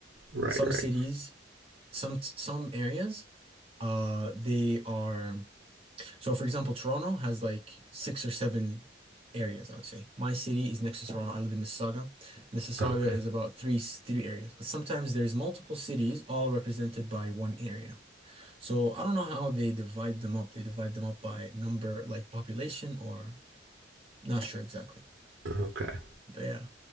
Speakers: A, on the right; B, on the right.
A: Right,
B: Some
A: right.
B: cities, some some areas, uh, they are so. For example, Toronto has like six or seven areas, I would say. My city is next to Toronto. I live in Mississauga. Mississauga
A: Okay,
B: is about three three areas, but sometimes there's multiple cities all represented by one area. So I don't know how they divide them up. They divide them up by number, like population, or not sure exactly.
A: okay.
B: But yeah,